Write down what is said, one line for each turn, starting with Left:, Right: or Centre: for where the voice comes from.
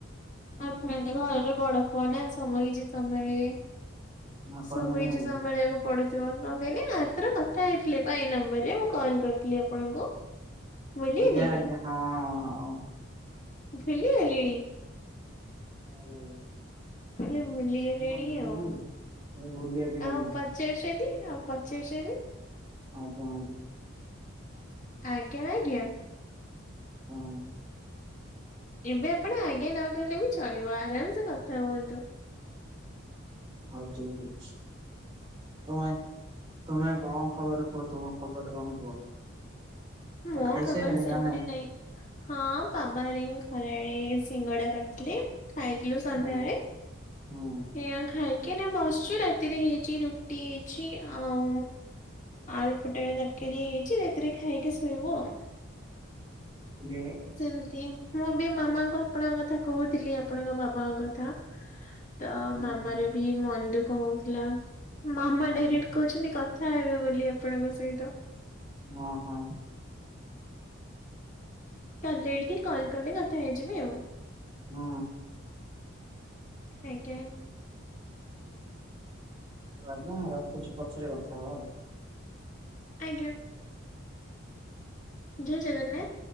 Left: ଆପଣ ତ ଘରର ବଡ ପୁଅ ନା ସବୁ କିଛି ସମ୍ଭାଳିବେ।
Right: ଆପଣ
Left: ସବୁ
Right: ଜାଣିପାରିବେ?
Left: କିଛି ସମ୍ଭାଳିବାକୁ। ପଢୁଥିବ କଣ କହିଲେ ଆରଥର କଥା ହେଇଥିଲେ ବା ଏଇ ନମ୍ବର ରେ ମୁଁ କଲ୍ କରିଥିଲି ଆପଣଙ୍କୁ। ଭୁଲିଗଲେ
Right: ଆଜ୍ଞା
Left: କି
Right: ଆଜ୍ଞା ହଁ ହଁ ହଁ।
Left: ଭୁଲି ଗଲିଣି।
Right: <unintelligible>
Left: ହେଲେ ଭୁଲି ଗଲେଣି
Right: ମୁଁ କଣ ଭୁଲିଯିବୁ
Left: ଆଉ
Right: ମୁଁ ଭୁଲିବା ପିଲା
Left: ଆଉ
Right: ନୁହେଁ
Left: ପ ଚାରୁଛନ୍ତି ଆଉ ପଚାରୁଛନ୍ତି।
Right: ଆଜ୍ଞା ଆଜ୍ଞା।
Left: ଆଜ୍ଞା ଆଜ୍ଞା।
Right: ହଁ।
Left: ଏବେ ଆପଣ ଆଜ୍ଞା ନକହିଲେ ବି ଚଳିବ ଆରାମସେ କଥା ହୁଅନ୍ତୁ।
Right: ହଉ ଠିକ ଅଛି ତମେ ତୁମେ କଣ ଖବର କୁହ ତୁମ ଖବର କଣ କୁହ।
Left: ମୁଁ
Right: ଆଉ ଖାଇସାରିଲଣି
Left: ଖବର ସେମିତି
Right: ନା
Left: ନାଇଁ। ହଁ ବାବା ହେରି ଙ୍କ ଘରେ ଏଇ ସିଙ୍ଗଡ଼ା କରିଥିଲେ। ଖାଇ ଥିଲୁ ସନ୍ଧ୍ୟାବେଳେ।
Right: ଆଜ୍ଞା ହୁଁ
Left: ଏ ଅଁ ଖାଇକି ବସିଚୁ ରାତିରେ ହେଇଛି ରୁଟି ହେଇଛି ଆଉ ଆଳୁ ପଟେ ବେଳେ ରାତିରେ ହେଇଛି ରାତିରେ ଖାଇକି ଶୋଇବୁ ଆଉ।
Right: <unintelligible>
Left: ସେମିତି ମୁଁ ବି ମାମାଙ୍କୁ ଆପଣଙ୍କ କଥା କହୁଥିଲି ଆପଣଙ୍କ ବାବା ଙ୍କ କ ଥା ତ
Right: ହୁଁ
Left: ମାମାର
Right: ହୁଁ ହୁଁ
Left: ବି ମ ଦୁଃଖ ହଉଥିଲା ମାମା
Right: ଆଜ୍ଞା
Left: ଡାଇରେକ୍ଟ କହୁଛନ୍ତି କଥା ହେବେ ବୋଲି ଆପଣଙ୍କ ସହିତ।
Right: ମ ହଁ।
Left: କାଲି ଆଡ଼ିକି କଲ୍ କଲେ କଥା ହେଇଯିବି ଆଉ।
Right: ହୁଁ।
Left: ଆଜ୍ଞା।
Right: ହେଲା ଯ ହଁ ରଖୁଛି ପଛରେ କଥା ହବା ଆଉ।
Left: ଆଜ୍ଞା ଜୟ ଜଗନ୍ନାଥ।